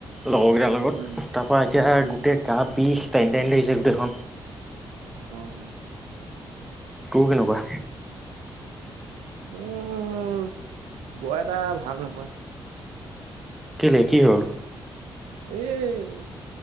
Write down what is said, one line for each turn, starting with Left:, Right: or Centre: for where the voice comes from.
Centre: লগৰকেইটাৰ লগত,
Right: উম
Centre: তাৰপৰা এতিয়া
Right: উম
Centre: গোটেই গা বিষ টেনি টানি ধৰিছে গোটেইখন।
Right: উম।
Centre: তোৰ কেনেকুৱা?
Right: মোৰ বৰ এটা ভাল নহয়!
Centre: কেলে, কি হ'ল?
Right: এই